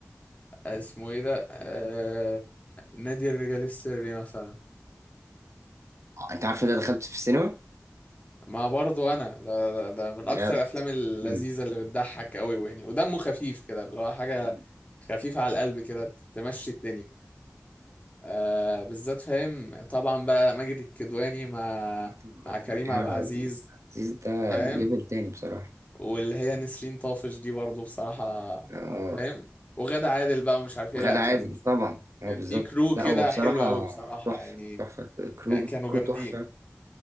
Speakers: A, on the left; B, on the right.
A: اسمه ايه ده آه، نادي الرجال السري مثلا
B: آه، انت عارف ان انا دخلت في السينما
A: مع برضه انا ده, ده, ده من
B: بجد
A: اكتر الافلام اللذيذه
B: مم.
A: اللي بتضحك قوي يعني ودمه خفيف كده اللي هو حاجه
B: مم.
A: خفيفه على القلب كده تمشي الدنيا آه بالذات فاهم طبعا بقى ماجد الكدواني مع
B: طبعا
A: مع كريم
B: مع كده
A: عبد العزيز
B: عزيز ده
A: فاهم
B: ليفل تاني بصراحة
A: واللي هي نسرين طافش دي برضه بصراحه
B: اه
A: فاهم وغادة عادل بقى ومش عارف
B: وغادة
A: ايه لا كان
B: عادل طبعا اه
A: كان
B: بالظبط
A: في كرو
B: لا
A: كده
B: هو بصراحة
A: حلو قوي بصراحة
B: تحفة
A: يعني
B: تحفة كرو
A: ك- كانوا
B: كرو
A: جامدين
B: تحفة